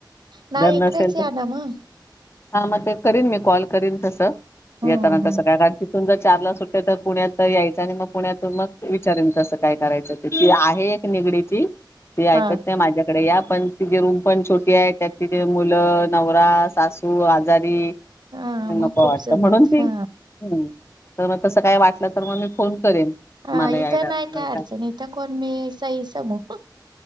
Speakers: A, on the right (about 65°); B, on the left (about 35°).
A: नाही
B: जर नसेल
A: इकडेच या
B: तर
A: ना मग
B: हा मग ते करीन मी कॉल करीन तसं,
A: हम्म
B: येताना
A: हम्म
B: तसा काय तुमचा चार ला सुट्टते तर पुण्यात अ यायचं आणि मग पुण्यातून मग विचारेन कसं काय करायचं ती, ती आहे एक निगडीची. ती ऐकत
A: हा
B: नाही, माझ्याकडे या पण तिचीे रूम पण छोटी आहे त्यात तिचे मुलं, नवरा, सासू आजारी
A: हा
B: नको
A: मग खूप
B: वाटतं,
A: जण
B: म्हणून
A: आहेत
B: ती
A: हा
B: हम्म. तर मग तसं काय वाटलं तर मग मी फोन करेन.
A: हा,
B: मला यायला
A: इथं नाही
B: जर
A: काय अडचण इथं कोण मी सई, समू.